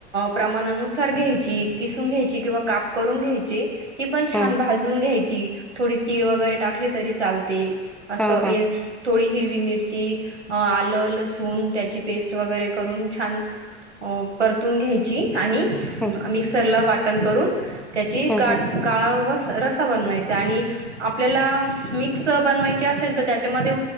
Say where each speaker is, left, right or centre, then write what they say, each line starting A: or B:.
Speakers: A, on the right; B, in the centre.
A: प्रमाणानुसार घ्यायची किसून घ्यायची किंवा काप करून घ्यायची ती पण छान
B: हा
A: भाजून घ्याय ची थोडी तीळ वगैरे टाकली तरी चालते. असं
B: हा हा
A: थोडी हिर हिरवी मिरची आलं लसूण त्याची पेस्ट वगैरे करून छान परतून घ्यायची. आणि
B: ह
A: मिक्सरला वाट टन करून त्याची
B: ह
A: का काळवर रसा बनवायचा आणि आपल्याला मिक्स बनवायची असेल तर त्याच्यामध्ये